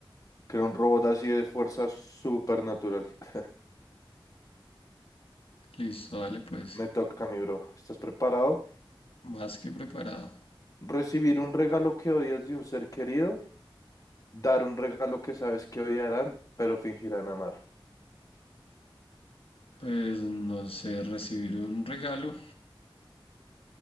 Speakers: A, on the left; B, on the left.
A: creo un robot así de fuerza supernatural. <laughs>
B: listo, dale pues.
A: Me toca, mi bro. ¿Estás preparado?
B: Más que preparado.
A: Recibir un regalo que odias de un ser querido, dar un regalo que sabes que odiarán, pero fingirán amar.
B: Pues no sé, recibir un regalo.